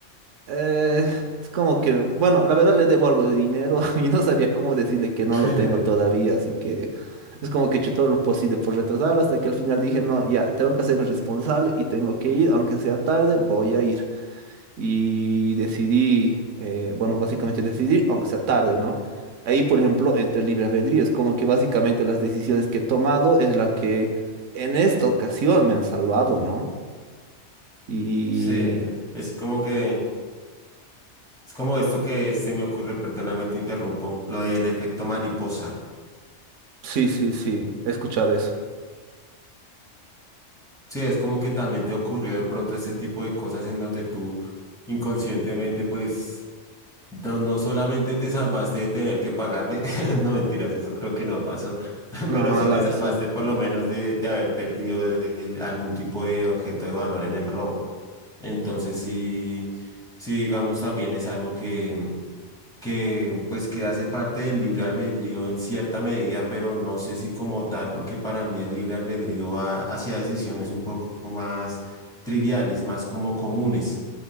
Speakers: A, on the right; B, in the centre.
A: eh, es como que, bueno, la verdad le debo algo de dinero <laughs> y no sabía cómo decirle que
B: <laughs>
A: no lo tengo todavía, así que es como que he hecho todo lo posible por retrasarlo hasta que al final dije, no, ya, tengo que hacerme responsable y tengo que ir, aunque sea tarde, voy a ir y decidí, eh, bueno, básicamente decidir, aunque sea tarde, ¿no? Ahí, por ejemplo, entre libre albedrío, es como que básicamente las decisiones que he tomado es la que en esta ocasión me han salvado, ¿no? Y
B: Sí, es como que, es como esto que se me ocurre, perdóname, te interrumpo, lo del efecto mariposa.
A: sí, sí, sí, he escuchado eso.
B: Sí, es como que también te ocurrió de pronto este tipo de cosas en donde tú inconscientemente, pues, no, no solamente te salvaste de tener que pagarle, <laughs> no mentiras, eso creo que no pasó, <laughs>
A: No,
B: pero sí
A: la
B: te salvaste
A: sí.
B: por lo menos de, de haber perdido eh, algún tipo de objeto de valor en el robo. Entonces, sí, sí, digamos, también es algo que... que pues que hace parte del libre albedrío en cierta medida, pero no sé si como tal, porque para mí el libre albedrío va hacia decisiones un poco más triviales, más como comunes.